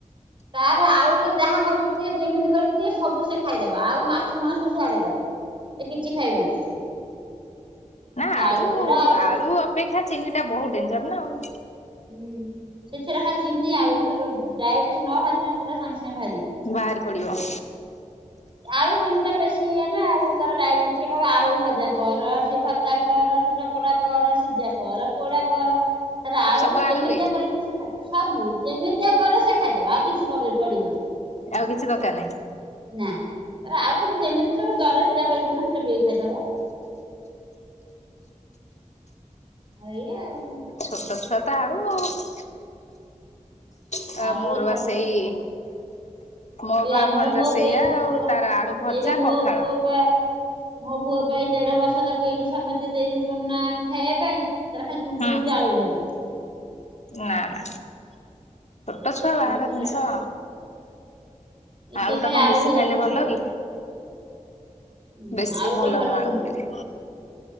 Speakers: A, on the right; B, on the left.
A: ତାର ଆଳୁରେ ଯାହା କରିକି ଦିଏ, ଯେମିତି କରିକି ଦିଏ ସବୁ ସେ ଖାଇଦବ, ଆଉ ମାଛ ମାଂସ ସିଏ ଆଡେଇଦବ। ଏ କିଛି ଖାଇବନି।
B: ନା
A: ସେ
B: ଆଳୁ
A: ପୋଡା
B: ଆଳୁ
A: ଭଜା
B: ଅପେକ୍ଷା ଚିନି ଟା ବହୁତ ଡେଞ୍ଜର୍ ନା ଆଉ।
A: ହୁଁ, ସେ ଛୁଆ ଟା ଖାଲି ଚିନି ଆଳୁ, ହଁ ଯ- ଡାଇବେଟିସ୍ ନ ବାହାରୁଥିନେ ଏ ଛୁଆ ଟାକୁ ସାଙ୍ଗେ ସାଙ୍ଗେ ଭାରିବ।
B: ବାହାରି ପଡିବ।
A: ଆଳୁ ଚିନି ଟା ବେଶୀ ଇଏ ନା ଆଉ, ତାର ଡାଇବେଟିସ୍ ସିଏ କହିବ ଆଳୁ ଭଜା କର, ସେ ଭତ୍ତା କର ସେ ଚକଡା କର, ସିଜା କର, ପୋଡା କର। ତାର ଆଳୁ
B: ସବୁ
A: କୁ ଯେମିତିଆ
B: ଆଳୁରେ
A: କରିକିଦିଅ ସେ ଖାଇଦବ, ସବୁ ଯେମିତିଆ କର ସେ ଖାଇଦବ, ଆଉ କିଛି ପକେଇ ପଡିବନି।
B: ଆଉ କିଛି ଦରକାର ନାହିଁ?
A: ନା ତାର ଆଳୁ କୁ ତୋମେ ଯେମିତି ତୋମେ ଦର ସିଜା କରିକି ଦଉନ ସେ ଚୋବେଇ ଖାଇଦବ। ଏଇ ଏ ଆଉ
B: ଛୋଟ ଛୁଆ ତ ଆଳୁ ଆଉ। ତା
A: ଆଳୁରେ
B: ମୋଳ୍ ସେଇ ମୋ
A: ଏ
B: ବା
A: ଆମର
B: ଭଣଜା
A: ମୋ
B: ସେଇଆ
A: ପେ-ପୁଅ
B: ଆଉ ତାର ଆଳୁ ଭଜା
A: ଏଇ ବା ମୋ
B: ପଖାଳ
A: ପୁଅ ପା ମୋ ପୁଅ ପା ଏଇ ଦେଢ ବର୍ଷ ତାକୁ ଏଇଠି ସମତେ ଦେଇଦେଉଛନ୍ତି ନା ଖାଇବା ପାଇଁ। ତାର ଖାଲି ଟୁଙ୍କି
B: ହୁଁ
A: ଦଉଚୁ ଆଳୁ ଭଜା।
B: ନା ନା ଛୋଟ ଛୁଆ
A: ସିଏ
B: ବାହାର
A: ସେ
B: ଜିନିଷ ଆଳୁ
A: ସିଏ ଖାଲି
B: ଟା କଣ ବେଶୀ
A: ଭଜା
B: ଖାଇଲେ
A: ଟୁଙ୍କି
B: ଭଲ
A: ଦବ।
B: କି?
A: ଉଁ
B: ବେଶୀ
A: ଆଳୁଟା
B: ଭଲ ନୁହଁ ଆଳୁ
A: ନୁହେଁ
B: ଖାଇଲେ।